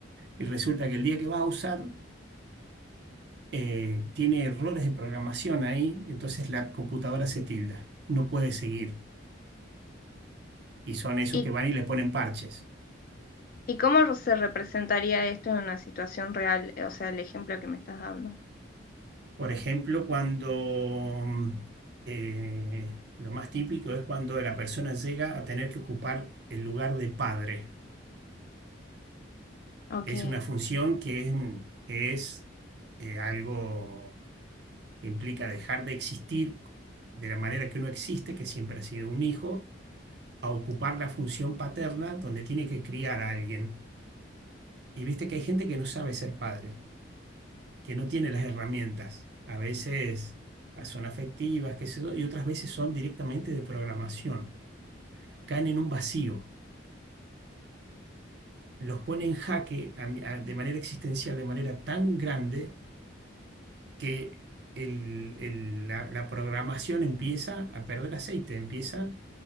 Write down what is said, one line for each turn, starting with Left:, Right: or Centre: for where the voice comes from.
Right: y resulta que el día que vas a usar eh, tiene errores de programación ahí, entonces la computadora se tilda, no puede seguir. Y son esos
Left: ¿Y,
Right: que van y le ponen parches.
Left: y cómo se representaría esto en una situación real? O sea, el ejemplo que me estás dando.
Right: Por ejemplo, cuando eh, lo más típico es cuando la persona llega a tener que ocupar el lugar de padre.
Left: Ok.
Right: Es una función que es, un- que es eh, algo que implica dejar de existir de la manera que uno existe, que siempre ha sido un hijo, a ocupar la función paterna donde tiene que criar a alguien. Y viste que hay gente que no sabe ser padre, que no tiene las herramientas. A veces ah, son afectivas, qué sé yo, y otras veces son directamente de programación. Caen en un vacío, los pone en jaque a a- de manera existencial, de manera tan grande que el- el- la, la programación empieza a perder aceite, empieza